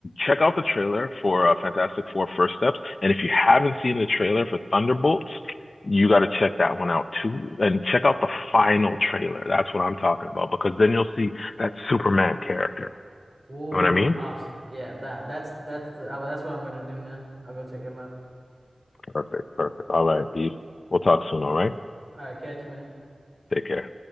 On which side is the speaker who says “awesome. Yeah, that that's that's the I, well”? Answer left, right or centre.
Right